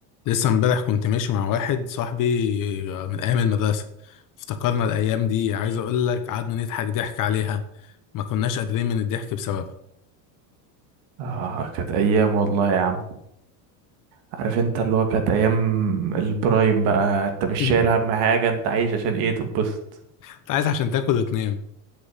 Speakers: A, on the left; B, on the right.
A: لسه امبارح كنت ماشي مع واحد صاحبي آه، من ايام المدرسه افتكرنا الايام دي عايز اقول لك قعدنا نضحك ضحك عليها ما كناش قادرين من الضحك بسببها
B: آه كانت أيام والله يا عم عارف انت اللي هو كانت أيام البرايم بقى انت مش
A: مم.
B: شايل هم حاجة انت عايش عشان ايه تتبسط
A: انت عايز عشان تاكل وتنام